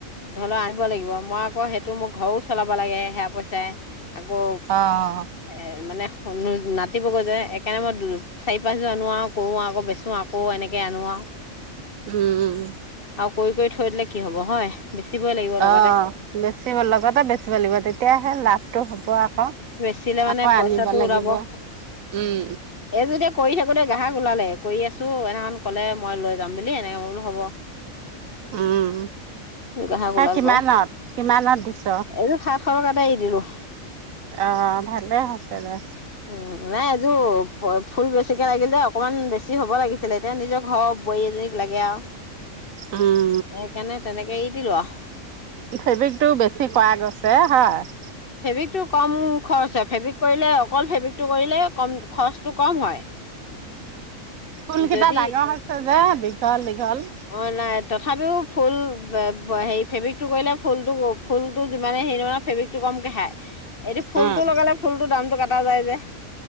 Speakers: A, on the left; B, on the right.
A: ধৰি লও আনিব লাগিব মই আকৌ সেইটো মোৰ ঘৰো চলাব লাগে সেয়া পইচাই। আকৌ
B: অ'।
A: এ মানে <unintelligible> নাতিব গৈ যে সেইকাৰণে মই চাৰি পাঁচযন আনো আৰু কৰো আকৌ বেচো আকৌ এনেকে আনো আৰু।
B: উম, উম।
A: আৰু কৰি, কৰি থৈ দিলে কি হব হয়। বেচিবই লাগিব। লগতে
B: অ বেছি লগতে বেছিব লাগিব তেতিয়াহে লাভটো হ'ব আকৌ।
A: আছিলে মানে
B: আকৌ
A: পইচাটো
B: আনিব লাগিব
A: ওলাব অ।
B: উম,
A: এই যেতিয়া কৰি থাকোতে গ্ৰাহক ওলালে, কৰি আছো এনাখন কলে মই যাম বুলি এনেকে বোলো হ'ব।
B: উম,
A: গ্ৰাহক
B: সেই
A: ওলাল
B: কিমানত
A: বাৰু।
B: কিমানত দিছ?
A: এইযোৰ খা শ টকাৰে এৰি দিলো।
B: অ ভালে হৈছে দে।
A: উম নাই এযোৰ ফুল বেছিকে লাগিল যে অকমান বেছি হ'ব লাগিছিলে এতিয়া নিজৰ ঘৰৰ বোৱাৰী এজনীক লাগে আৰু।
B: উম।
A: সেইকাৰণে তেনেকে এৰি দিলো আৰু।
B: ফেব্ৰিকটো বেছি কৰা গৈছে, হয়?
A: ফেব্ৰিকটো কম খৰচ হয় ফেব্ৰিক কৰিলে অকল ফেব্ৰিকটো কৰিলে কম খৰচটো কম হয়।
B: ফুল কেইটা
A: যদি
B: ডাঙৰ হৈছে যে, দীঘল দীঘল।
A: অ নাই তথাপিও ফুল <unintelligible> হেৰি ফেব্ৰিকটো কৰিলে ফুলটো ফুলটো যিমানে হেৰি নহয় ফেব্ৰিকটো কমকে খায়। এইটো ফুলটো
B: উম
A: লগালে ফুলটোৰ দামতটো কাটা যায় যে